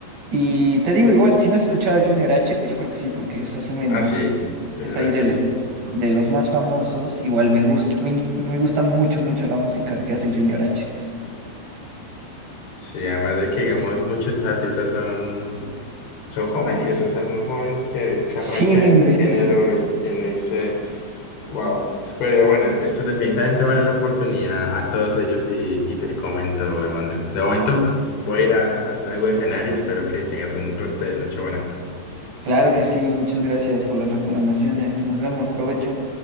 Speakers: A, on the right; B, on the left.
A: Y te digo igual, si no has escuchado a Junior H, que yo creo que sí, porque es así, me,
B: Ah, sí. Junior
A: es ahí
B: H
A: del,
B: es-
A: de los más famosos, igual me gusta, a mí me gusta mucho, mucho la música que hace Junior H.
B: Sí, además de que, digamos, muchos de los artistas son, son jóvenes, o sea, son jóvenes que, que
A: Sí,
B: arrancan
A: no inventes.
B: en ese género y, y uno dice, wow. Pero bueno, esto definitivamente vale la oportunidad a todos ellos y, y te comento, Emanuel. De momento voy a ir a hacer algo de cenar y espero que tengas un resto de noche buena.
A: Claro que sí, muchas gracias por las recomendaciones. Nos vemos, provecho.